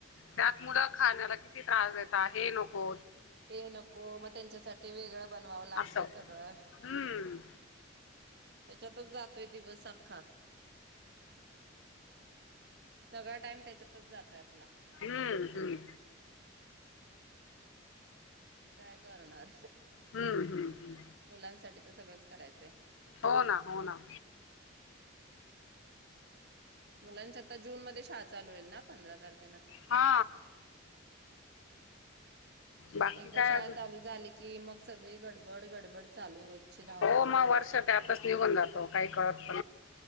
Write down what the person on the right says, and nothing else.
ते नको मग त्यांच्यासाठी वेगळं बनवावं लागतय
सगळं.
त्याच्यातच जातोय दिवस अख्खा सगळा टाईम त्याच्यातच जातोय आपला.
काय करणार.
मुलांसाठी तर सगळंच करायचंय.
मुलांच्या आता जूनमध्ये शाळा चालू होईल ना पंधरा तारखे
एकदा
शाळा
चालू झाली की मग? सगळी कड गडबड गडबड चालू रोजची धावपळ